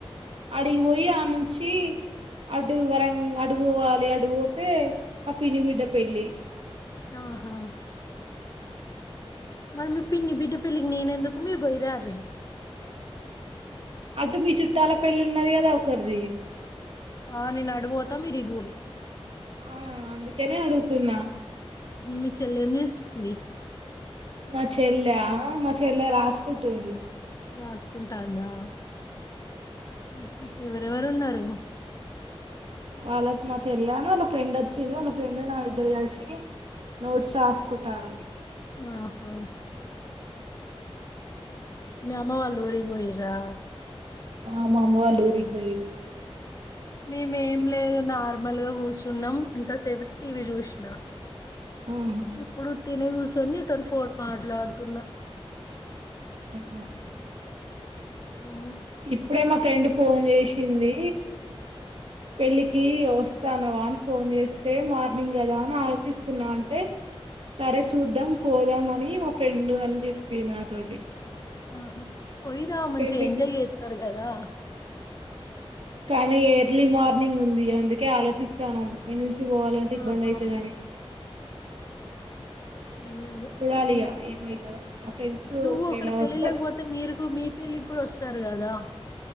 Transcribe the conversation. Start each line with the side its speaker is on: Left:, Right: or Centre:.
Right: అడిగిపోయి ఆ నుంచి అడు వరం అడుపోవాలి అడిపోతే ఆ పిని బిడ్డ పెళ్లిి
Left: ఆహా మరి మీ పిన్ని బిడ్డ పిల్లికి నేన ఎందుకు మీరు పోయి రారీ
Right: అటు మీ చుట్టాల పెళ్లిి ఉన్నది కదా ఒకరిది
Left: ఆ నేను అడు పోతా మీరు ఇడుగురి
Right: ఆ అందుకనే అడుగుతున్నా
Left: మీ చల్లేంనిస్తుంది
Right: మా చెల్లె మా చెల్లె రాసుకుంటుంది
Left: రాసుకుంటాందా మ్మ్ హ్మ్ ఎవరెవరున్నారు
Right: వాళ్ళచ్చ మా చెల్ళని వాళ్ళ ఫ్రెండ్ వచ్చింది వాళ్ళ ఫ్రెండ్ నా ఇద్దరు కలిసి నోట్స్ రాసుకుంటారు
Left: ఆహా మీ అమ్మ వాళ్లు ఊరిగోయరా
Right: ఆమమ్ అలూరికి పోయది
Left: మేముేం లేదు నార్మల్ గా కూర్చున్నాం ఇంతసేపు టీవీ చూసిన
Right: ఆహా
Left: ఇప్పుడు తినగు సున్ని తన్ ఫోడ్ మాట్లాడుతున్న
Right: మ్మ్
Left: ఆవు
Right: ఇప్పుడే మా ఫ్రెండ్ ఫోన్ చేసింది పెళ్ళికి వస్తానవా అని ఫోన్ చేస్తే మార్నింగ్ కదా అని ఆలోచిస్తున్నా అంటే సరే చూద్దాం పోదాం అని మా ఫ్రెండ్ అని చెప్పింది నాతోటి
Left: ఆహా పోయి రామంచి
Right: పెళ్ళికి
Left: ఎజయ్ చేస్తారు కదా దా
Right: కానీ ఎర్లీ మార్నింగ్ ఉంది అందుకే ఆలోచిస్తాను నేను ఇి పోవాలంటే ఇబ్బంది
Left: ఆహా
Right: అయితది అని
Left: అదే అదే
Right: చూడాలి
Left: పోయి
Right: ఇగ ఏమైతదో మా ఫ్రెండ్స్
Left: నువ్వు
Right: ఒకేలా
Left: ఒకరు పెళ్ళిళ్ళక
Right: వస్తే
Left: పోతే మీరు మీ పెళ్ళికి కూడా వస్త కాదా